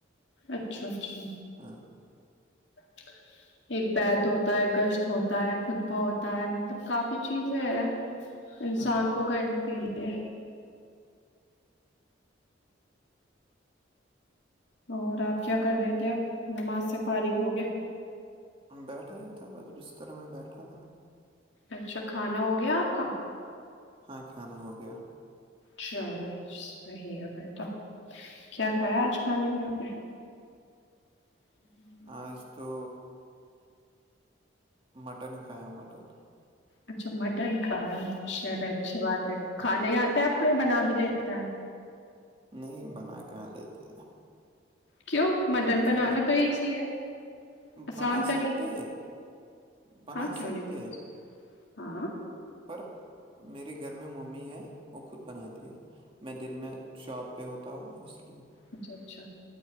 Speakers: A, on the left; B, on the right.
A: اچھا اچھا
B: ہاں
A: ا ایک بیت ہوتا ہے گشت ہوتا ہے خطبہ ہوتا ہے مطلب کافی چیزیں ہے انسان
B: ہاں
A: کو کرنے کے لیے اور آپ کیا کر رہے تھے ا نماز سے فارغ ہوگیا
B: بیٹھا ہی تھا بس بستر میں بیٹھا تھا
A: اچھا کھانا ہو گیا آپ کا
B: ہاں کھانا ہو گیا
A: چلو صی ہے پھر تو کیا کھایا آج کھانے میں آپ نے ہ
B: آج تو مٹن کھایا مٹن
A: اچھا مٹن کھایا شہر
B: ہاں
A: ہے اچھی بات ہے کھاناے آتا ہے آپ کو یا بنا بھی لیتا ہے
B: نہیں بنا کر لیتے
A: کیوں مٹن بنانا
B: خالی
A: تو ایزی ہے آسان
B: بنا
A: طریقہ
B: سکتے
A: ہے
B: بنا
A: ہاں کیوں
B: سکتے
A: نہیں بول ہاں
B: پر میرے گھر میں ممی ہے وہ خود بناتی ہے میں دن میں شاپ پہ ہوتا ہوں اس لیے
A: اچھا اچھا